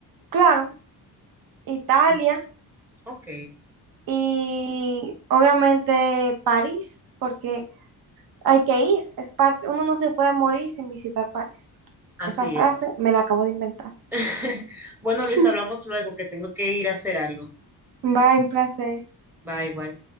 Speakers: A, on the right (about 65°); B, in the centre.
A: claro, Italia.
B: Mm, Ok,
A: Y obviamente París, porque hay que ir, es parte, uno no se puede morir sin visitar París.
B: así
A: Esa frase
B: es.
A: me la acabo de inventar.
B: <laughs> Bueno,
A: <laughs>
B: Luis, hablamos luego que tengo que ir a hacer algo.
A: Bye, un placer.
B: Va igual.